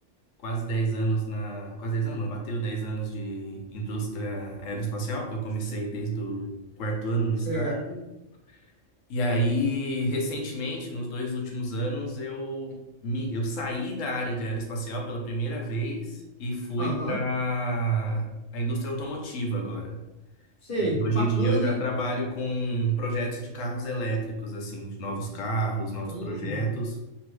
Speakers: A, on the left (about 80°); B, on the left (about 50°).
A: quase 10 anos na. Quase 10 anos, não, bateu 10 anos de indústria aeroespacial, porque eu comecei desde o quarto ano no
B: você,
A: estágio.
B: é,
A: E aí, recentemente, nos dois últimos anos, eu me, eu saí da área de aeroespacial pela primeira vez e fui
B: aham,
A: para a indústria automotiva agora.
B: sei,
A: É, e aí, hoje
B: bacana,
A: em dia eu já
B: hein?
A: trabalho com projetos de carros elétricos, assim, de novos carros, novos
B: Caramba,
A: projetos.